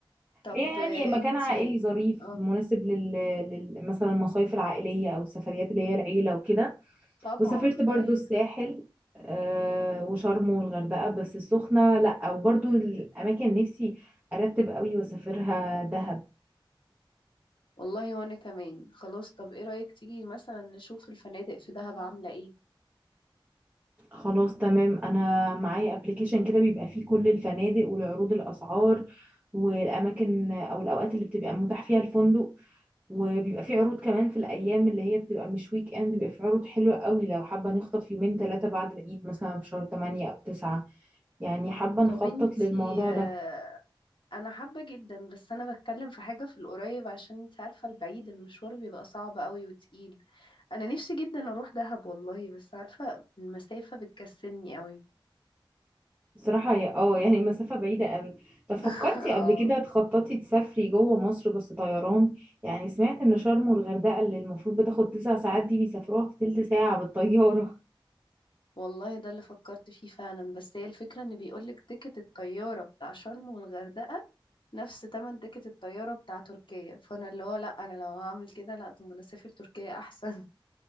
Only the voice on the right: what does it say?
هي يعني مكان
عائلي ظريف
مناسب لل... لل... مثلا المصايف العائلية او السفريات اللي هي العيلة وكده
وسافرت برضو
الساحل آه وشرم والغردقة بس السخنة لا وبرضو الاماكن نفسي ارتب قوي واسافرها دهب
خلاص تمام انا معايا ابلكيشن كده بيبقى فيه كل الفنادق والعروض الاسعار والاماكن او الاوقات اللي بتبقى متاح فيها الفندق وبيبقى فيه عروض كمان في الايام اللي هي بتبقى مش ويك اند بيبقى فيه عروض حلوه قوي لو حابه نخطف يومين ثلاثه بعد العيد مثلا في شهر 8 او 9 يعني حابه نخطط
للموضوع
ده
بصراحة هي اه يعني مسافة بعيدة قوي طب فكرتي
قبل
كده تخططي تسافري جوه مصر بس طيران يعني سمعت ان شرم والغردقة اللي المفروض بتاخد تسع ساعات دي بيسافروها في تلت ساعة بالطيارة